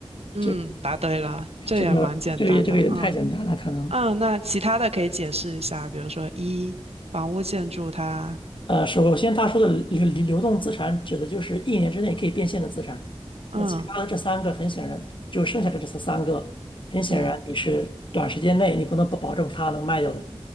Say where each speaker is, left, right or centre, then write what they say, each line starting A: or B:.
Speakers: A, on the right; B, on the left.
A: 嗯，
B: 这
A: 答对了，这也蛮简单的。
B: 这个这个也这个也太简单了，
A: 嗯。
B: 可能。
A: 嗯，那其他的可以解释一下，比如说一房屋建筑它，
B: 呃，首先他说的流流动资产指的就是一年之内可以变现的资产，
A: 嗯
B: 那其他的这三个很显然就剩下的这三个，很显然你是短时间内你不能保保证它能卖掉的。
A: 嗯